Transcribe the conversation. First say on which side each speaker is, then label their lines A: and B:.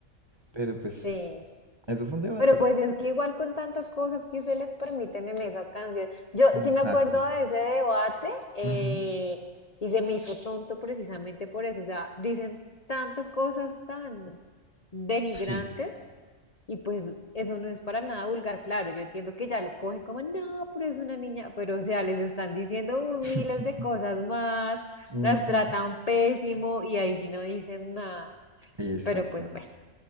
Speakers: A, on the right; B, on the left.
A: Pero pues
B: Sí,
A: eso fue un debate.
B: pero pues es que igual con tantas cosas que se les permiten en esas canciones. Yo sí
A: Exacto.
B: me acuerdo de ese debate eh,
A: Ujú.
B: y se me hizo tonto precisamente por eso. O sea, dicen tantas cosas tan denigrantes
A: Sí.
B: Y pues eso no es para nada vulgar, claro, yo entiendo que ya lo cogen como, no, pero es una niña, pero o sea, les están diciendo uh,
A: <laughs>
B: miles de cosas más,
A: Ujú,
B: las tratan pésimo y ahí sí no dicen nada.
A: Exactamente.
B: Pero pues bueno,